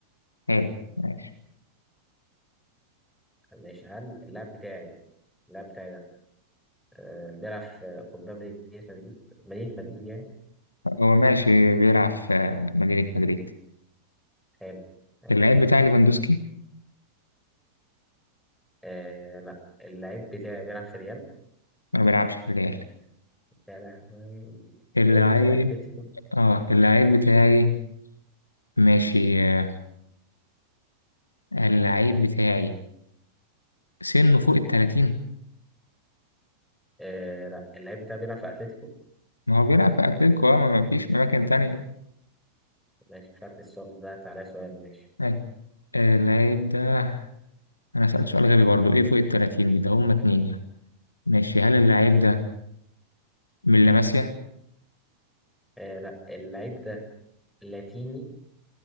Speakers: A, on the left; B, in the centre.
A: حلو ماشي.
B: ماشي هل اللاعب بتاعي اللاعب بتاعي ده آه بيلعب في قطبان مدينة مدريد مدينة مدريد يعني
A: هو ماشي بيلعب في مدينة مدريد
B: حلو حلو.
A: اللاعب بتاعي ليفاندوسكي
B: آه لا اللاعب بتاعي بيلعب في ريال
A: ما بيلعبش في الريال
B: يا لهوي
A: اللعيب
B: جاب لي في الأتليتيكو
A: اه اللعيب بتاعي ماشي آه، اللعيب بتاعي سنه فوق التلاتين
B: آه لا اللاعب بتاعي بيلعب في أتليتيكو
A: ما هو بيلعب في أتلتيكو آه، ما ما فيش أماكن تانية
B: ماشي مش عارف ايه السؤال ده تعالى سؤال ماشي
A: أيوة. آه، اللعيب ده أنا سألت سؤال غبي برضو إيه فوق التلاتين دي ده هما اتنين يعني ماشي هل اللعيب ده من لاماسيا؟
B: آه لا اللاعب ده لاتيني